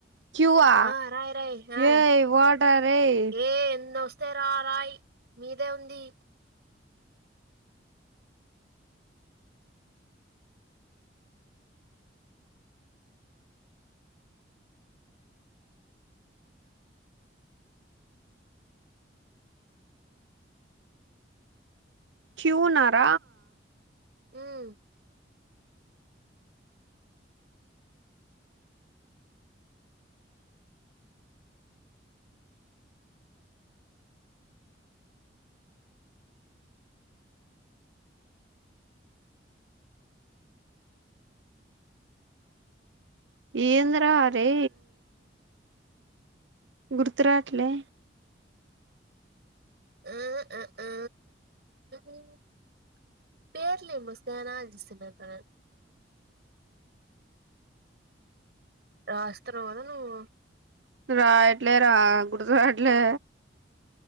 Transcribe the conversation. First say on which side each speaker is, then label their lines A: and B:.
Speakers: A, on the right; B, on the right.
A: క్యూవా
B: ఆ రాయ్ రాయ్ ఆ
A: ఏయ్ వాట్ ఆర్ ఏ వాటా రే?
B: ఏమ్మా తెరా ఆ రా రాయ్ మీదే ఉంది
A: క్యూ ఉన్నార
B: మ్మ్
A: ఏంద్రా అరే గుర్తు రావట్లే
B: ఆ ఆ ఊ ఊ రావట్లే <unintelligible> రాస్తాన్నవ్ కదా నువ్వు
A: రాయట్లేరా గుర్తు రావట్లే